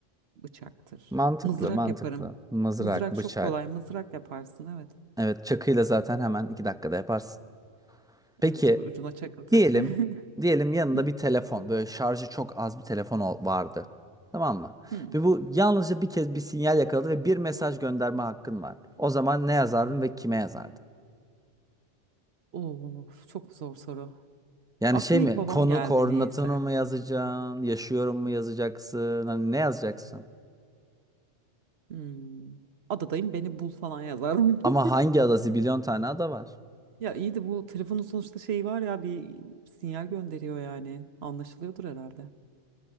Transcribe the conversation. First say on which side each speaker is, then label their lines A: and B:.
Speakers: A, on the right; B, in the centre.
A: bıçaktır.
B: Mantıklı,
A: Mızrak
B: mantıklı.
A: yaparım.
B: Mızrak,
A: Mızrak
B: bıçak.
A: çok kolay. Mızrak yaparsın evet.
B: Evet, çakıyla zaten hemen iki dakikada yaparsın. Peki
A: Evet ucuna çakıl taşı.
B: Diyelim,
A: <laughs>
B: diyelim yanında
A: Hmm,
B: bir telefon, böyle şarjı çok az bir telefon ol- vardı. Tamam mı?
A: hmm.
B: Ve bu yalnızca bir kez bir sinyal yakaladı ve bir mesaj gönderme hakkın var. O zaman ne yazardın ve kime yazardın?
A: Of, çok zor soru.
B: Yani
A: Aklıma
B: şey mi?
A: ilk babam
B: Konu
A: geldi
B: koordinatını
A: niyeyse.
B: mı yazacaksın? Yaşıyorum mu yazacaksın? Hani ne yazacaksın?
A: Hmm. Adadayım beni bul falan yazar.
B: Ama
A: <laughs>
B: hangi ada? Zibilyon tane ada var.
A: Ya iyi de bu telefonun sonuçta şeyi var ya bir sinyal gönderiyor yani. Anlaşılıyordur herhalde.